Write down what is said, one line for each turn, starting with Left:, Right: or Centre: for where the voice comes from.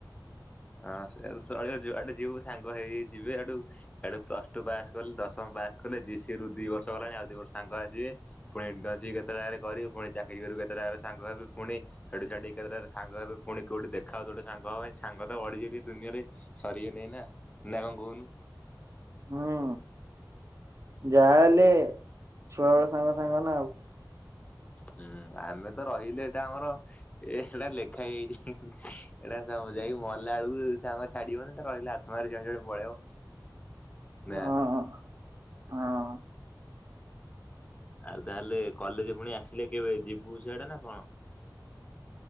Left: ହଁ ସେଆ କୁ ଚଳିବ ଯୁଆଡେ ଯିବୁ ସାଙ୍ଗ ହେଇକି ଯିବେ ହେଠୁ ହେଠୁ ପ୍ଲସ ଟୁ ପାସ୍ କଲେ ଦଶ ପ୍ରଥମ ପାସ୍ କଲେ ଜିସିରୁ ଦି ବର୍ଷ ଗଲାଣି ଆଉ ଦିଇ ବର୍ଷ ସାଙ୍ଗ ଆସିବେ। ପୁଣି ଇଟନସିପ କେତେ ଜାଗାରେ କରିବିୁ ପୁଣି ଚାକିରି କରିବୁ କେତେ ଜାଗାରେ ସାଙ୍ଗ ହେବେ ପୁଣି ସେଠୁ ଛାଡିକି କେତେଟା ସାଙ୍ଗ ହେବେ ପୁଣି କୋଉଠି ଦେଖା ହୋଉଥିବ ଗୋଟେ ସାଙ୍ଗ ହବା ପାଇଁ ସାଙ୍ଗ ବଢି ଯଦି ଦୁନିଆରେ ସରିବେ ନାଇ ନା ନା କଣ କହୁନୁ।
Right: ହୁଁ ଯାହା ହେଲେ ଛୁଆ ବେଳ ସାଙ୍ଗ ସାଙ୍ଗ ନା ଆଉ।
Left: ହୁଁ ଆମେ ତ ରହିଲେ ଏଇଟା ଆମର ଏ ଏଇଟା ଲେଖା ହେଇଯାଇଛି ଏଇଟା ଯାଇକି ମଲା ବେଳକୁ ସାଙ୍ଗ ଛାଡିବନି ଏଟା ରହିଲା। <unintelligible> ପଳେଇବ ନାଁ
Right: ହଁ। ହଁ
Left: ଆଉ ତାହେଲେ କଲେଜ ପୁଣି ଆସିଲେ କେବେ ଯିବୁ ସେଆଡେ ନା କଣ।